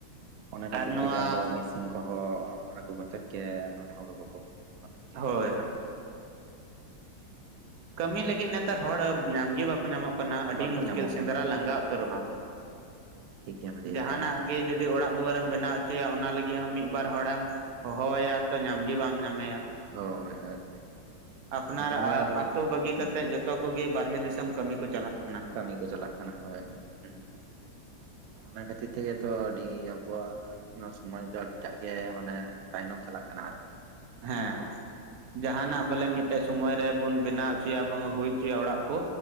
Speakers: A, on the right; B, on the right.
A: ᱚᱱᱟ ᱠᱷᱟᱹᱛᱤᱨ
B: ᱟᱨ ᱱᱚᱣᱟ
A: ᱛᱮᱜᱮ ᱟᱫᱚ ᱢᱮᱥᱤᱱ ᱠᱚᱦᱚᱸ ᱟᱹᱜᱩ ᱠᱟᱛᱮᱜ ᱜᱮ ᱦᱩᱲᱩ ᱠᱚ ᱠᱚ ᱢᱟᱱᱮ ᱜᱮᱨ
B: ᱦᱳᱭ
A: ᱦᱩᱭᱩᱜ ᱠᱟᱱᱟ ᱟᱨᱠᱤ᱾
B: ᱠᱟᱹᱢᱤ ᱞᱟᱹᱜᱤᱫ ᱱᱮᱛᱟᱨ ᱦᱚᱲ ᱧᱟᱢ ᱜᱮ ᱵᱟᱠᱚ ᱧᱟᱢᱚᱜ ᱠᱟᱱᱟ ᱟᱹᱰᱤ
A: ᱵᱟᱠᱚ
B: ᱢᱩᱥᱠᱤᱞ
A: ᱧᱟᱢᱚᱜ
B: ᱥᱮᱸᱫᱽᱨᱟ
A: ᱠᱟᱱᱟ
B: ᱞᱟᱸᱜᱟ ᱩᱛᱟᱹᱨᱚᱜᱼᱟ
A: ᱴᱷᱤᱠ ᱜᱮᱢ ᱞᱟᱹᱭ
B: ᱡᱟᱦᱟᱱᱟᱜ
A: ᱠᱟᱫᱟ ᱮᱠᱫᱚᱢ
B: ᱜᱮ ᱡᱚ ᱡᱩᱫᱤ ᱚᱲᱟᱜ ᱫᱩᱣᱟᱹᱨᱮᱢ ᱵᱮᱱᱟᱣ ᱦᱚᱪᱚᱭᱟ ᱚᱱᱟ ᱞᱟᱹᱜᱤᱫ ᱦᱚᱸ ᱢᱤᱫ ᱵᱟᱨ ᱦᱚᱲᱮᱢ ᱦᱚᱦᱚᱣᱟᱭᱟ ᱛᱚ ᱧᱟᱢ ᱜᱮ ᱵᱟᱢ ᱧᱟᱢᱮᱭᱟ᱾
A: ᱦᱳᱭ ᱦᱳᱭ᱾
B: ᱟᱯᱱᱟᱨ
A: ᱩᱱᱤ ᱦᱚᱸ ᱟᱫᱚ
B: ᱟᱹᱛᱩᱳ ᱵᱟᱹᱜᱤ
A: ᱦᱮᱸ
B: ᱠᱟᱛᱮᱫ ᱡᱚᱛᱚ ᱠᱚᱜᱤ ᱵᱟᱨᱦᱮ ᱫᱤᱥ ᱫᱤᱥᱚᱢ ᱠᱟᱹᱢᱤ ᱠᱚ ᱪᱟᱞᱟᱜ ᱠᱟᱱᱟ
A: ᱠᱟᱹᱢᱤ ᱠᱚ ᱪᱟᱞᱟᱜ ᱠᱟᱱᱟ ᱦᱳᱭ᱾
B: <inaudible>
A: ᱚᱱᱟ ᱠᱷᱟᱹᱛᱤᱨ ᱛᱮᱜᱮ ᱛᱚ ᱟᱹᱰᱤ ᱟᱵᱚᱣᱟᱜ ᱱᱚᱣᱟ ᱥᱚᱢᱚᱭ ᱫᱚ ᱟᱹᱰᱤᱴᱟᱜ ᱜᱮ ᱢᱟᱱᱮ ᱛᱟᱭᱱᱚᱢ ᱪᱟᱞᱟᱜ ᱠᱟᱱᱟ ᱟᱨᱚ᱾
B: ᱦᱮᱸ ᱡᱟᱦᱟᱱᱟᱜ ᱵᱚᱞᱮ ᱢᱤᱫᱴᱮᱡ ᱥᱚᱢᱚᱭ ᱨᱮᱵᱚᱱ ᱵᱮᱱᱟᱣ ᱦᱚᱪᱚᱭᱟᱵᱚᱱ ᱦᱩᱭ ᱦᱚᱪᱚᱭᱟ ᱚᱲᱟᱜ ᱠᱚ᱾